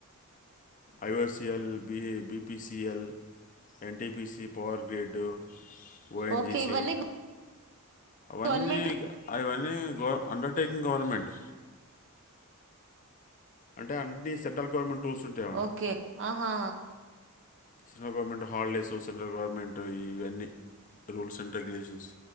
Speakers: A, on the left; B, on the right.
A: IOCL, B, BPCL, N T P C power వీడ్డు ఓఎన్జీసి
B: ఓకే ఇవన్నీ
A: అవన్నీ
B: గవర్నమెంట్
A: ఇగ అవన్నీ గ అండర్టేకింగ్ గవర్నమెంట్
B: <unintelligible>
A: అంటే అన్ని సెంట్రల్ గవర్నమెంట్ రూల్స్ ఉంటాయన్నమాట
B: ఒకే ఆహా
A: central government holidays central government ఇవన్నీ రూల్స్ అండ్ రెగ్యులేషన్స్